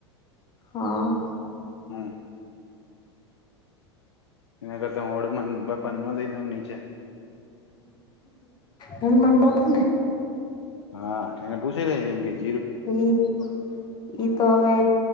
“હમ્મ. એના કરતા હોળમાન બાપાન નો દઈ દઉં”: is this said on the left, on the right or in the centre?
Left